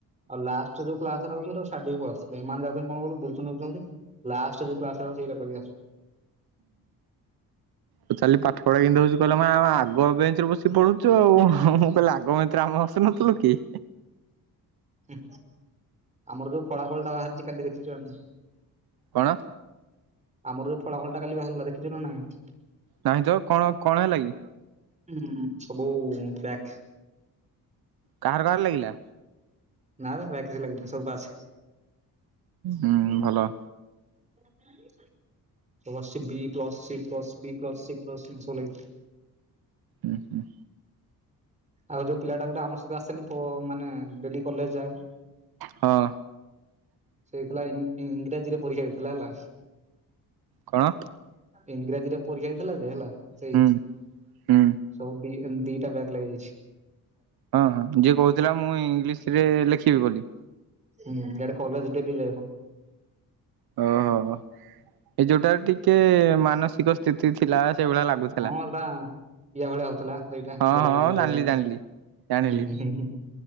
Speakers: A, on the right; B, on the right.
A: ଆଉ ଲାଷ୍ଟରେ ଯୋଉ କ୍ଲାସ ରହୁଛି ତାଙ୍କୁ ଛାଡି ଦେଇକି ପଳେଇ ଆସୁଥିଲି ଏମାନେ ଯାଉଛନ୍ତି କଣ କହିଲୁ ବୁଲଛନ୍ ବୁଲଛନ୍ତି। ଲାଷ୍ଟରେ ଯଉ କ୍ଲାସରା ହଉଚି ହେଇରା କରିବା।
B: ପଚାରିଲି ପାଠ ପଢା କେମିତି ହଉଛି କହିଲା ମୁଁ ମା ଆଗୁଆ ବେଞ୍ଚ ରେ ବସି ପଢୁଛୁ ଆଉ ହୁଁ ହୁଁ। କହିଲା ଆଗ ବେଞ୍ଚ ରେ ଆମେ ବସିନଥୁଲୁ କି।
A: ହୁଁ ଆମର ଯୋଉ ଫଳା ଫଳ ଟା ବାହାରିଚି କାଲି ଦେଖିଛନ।
B: କଣ?
A: ଆମର ଯୋଉ ଫଳା ଫଳ ଟା କାଲି ବାହାରିଲା ଦେଖିଛୁ ନା ନାହିଁ।
B: ନାହିଁ ଚ କଣ କଣ ହେଲା କି?
A: ହୁଁ ସବୁ ବ୍ୟାକ୍।
B: କାହାର କାହାର ଲାଗିଲା।
A: ନା ବେ ବ୍ୟାକ କିଛି ଲାଗିନି ସବୁ ପାସ୍।
B: ହୁଁ ଭଲ।
A: ହ <inaudible> ସବୁ ଆସଚି B plus, C plus, B plus, C plus ଏମିତି ସବୁ ଲାଗିଚି।
B: ଉଁ ହୁଁ।
A: ଆଉ ଯୋଉ ପିଲାଟା ଗୋଟେ ଆମ ସହିତ ଆସେନି ପ ମାନେ ଡେଲି କଲେଜ ଯାଏ ମ।
B: ହଁ।
A: ସେ ଏକେଲା ଇଂ ଇଂରାଜୀରେ ପରୀକ୍ଷା ଦେଇଥିଲା ହେଲା।
B: କଣ?
A: ଇଂରାଜୀରେ ପରୀକ୍ଷା ଦେଇଥିଲା ଯେ ହେଲା ସେଇ
B: ହୁଁ ହୁଁ।
A: ସବୁ ବି ଏମ୍ ଦିଟା ବ୍ୟାକ ଲାଗିଯାଇଚି।
B: ହଁ ହଁ ଯିଏ କହୁଥିଲା ମୁଁ ଇଂଲିଶି ରେ ଲେଖିବି ବୋଲି
A: ହୁଁ ଇଆଡେ କଲେଜ ଡେଲି ଯାଏ ନା।
B: ଓହୋ ଏ ଯୋଉଟା ଟିକେ ମାନସ ଧିକ ସ୍ଥିତି ଥିଲା ସେଇଭଳିଆ ଲାଗୁଚି।
A: ହଁ ଦା ଇଆ ଭଳିଆ ହଉଥିଲା ସେଇଟା
B: ହଁ
A: ମୁଁ ବଢିଆ
B: ହଁ
A: ଟିକେ
B: ଜାଣିଲି
A: ବଢିଆ ଭଳି
B: ଜାଣିଲି
A: ହୁଁ
B: ଜାଣିଲି
A: ହୁଁ ହୁଁ ହୁଁ।